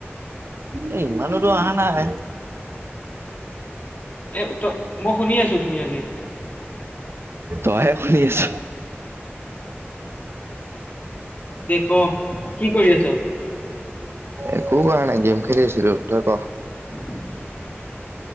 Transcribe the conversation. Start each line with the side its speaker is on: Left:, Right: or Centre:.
Right: এ ইমানোতো অহা নাই।
Left: এই ত মই শুনি আছোঁ ধুনীয়াকে।
Right: তইহে শুনি আছ।
Left: দে ক কি কৰি আছ?
Right: একো কৰা নাই গেম খেলি আছিলো, তই ক?
Left: <unintelligible>